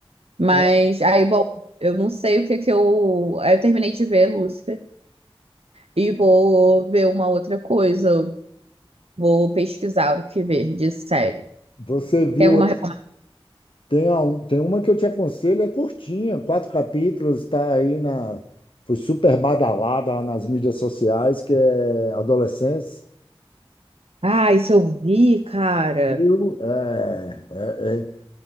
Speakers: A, on the right; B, on the left.
A: Mas
B: é,
A: aí, bom, eu não sei o que é que eu. Aí eu terminei de ver Lúcifer e vou ver uma outra coisa. Vou pesquisar o que ver de série.
B: Você viu,
A: Tem alguma recomendação?
B: tem, a, um, tem uma que eu te aconselho, é curtinha, quatro capítulos, está aí na. Foi super badalada nas mídias sociais, que é Adolescência.
A: Ah, isso eu vi, cara.
B: Viu? É, é,